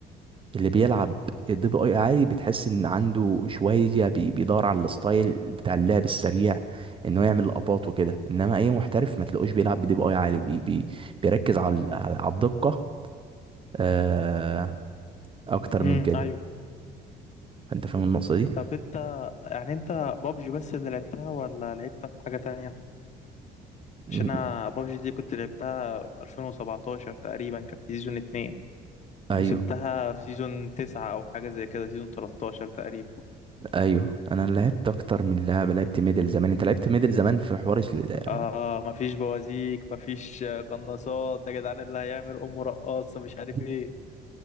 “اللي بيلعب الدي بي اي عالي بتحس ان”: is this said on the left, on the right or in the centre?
Right